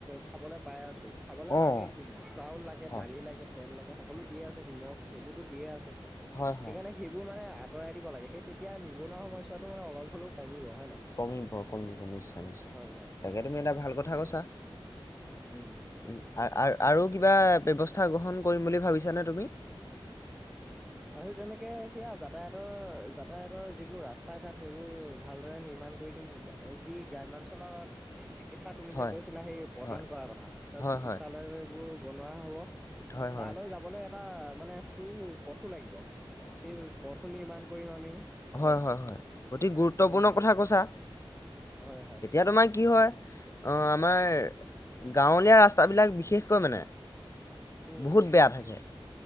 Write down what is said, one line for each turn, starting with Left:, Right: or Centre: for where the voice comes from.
Centre: খাবলৈ পাই আছো। খাবলে
Left: অ'।
Centre: লাগে কিন্তু। চাউল লাগে,
Left: হয়,
Centre: দালি লাগে, তেল লাগে সকলো দিয়ে আছে, নিমখ। সেইবোৰতো দিয়ে আছে।
Left: হয়, হয়,
Centre: সেইকাৰণে, সেইবোৰ মানে আ আঁতৰাই দিব লাগে। সেই তেতিয়া নিবনুৱা সমস্যাটো মানে অলপ হ'লেও কমিব। হয় নাই
Left: কমিব কমিব। নিশ্চয়-নিশ্চয়
Centre: হয় হয়
Left: তাকে তুমি এটা ভাল কথা কৈছা।
Centre: উম
Left: উম, আৰু কিবা ব্যৱস্থা গ্ৰহণ কৰিম বুলি ভাবিছানে তুমি
Centre: আৰু তেনেকে সেয়া যাতায়তৰ, যাতায়াতৰ যিবোৰ ৰাস্তা ঘাট সেইবোৰ ভালদৰে নিৰ্মাণ কৰি দিম যি গ্ৰাম্যাঞ্চলত যি কেথা, তুমি
Left: হয়,
Centre: যে কৈছিলা, সেই প্ৰদান
Left: হয়।
Centre: কৰাৰ কথা তাত
Left: হয়,
Centre: চিকিৎসালয়বোৰ
Left: হয়,
Centre: বনোৱা হ'ব।
Left: হয়, হয়,
Centre: তালৈ যাবলৈ এটা মানে সু পথো লাগিব সেই পথো নিৰ্মাণ কৰিম আমি
Left: হয়-হয়-হয়।
Centre: হয়
Left: অতি গুৰুত্বপূৰ্ণ
Centre: উম
Left: কথা কৈছা।
Centre: হয় হয়
Left: এতিয়া তোমাই কি হয় অঁ আমাৰ গাঁৱলীয়া ৰাস্তাবলাক বিশেষকৈ মানে
Centre: উম
Left: বহুত
Centre: উম
Left: বেয়া থাকে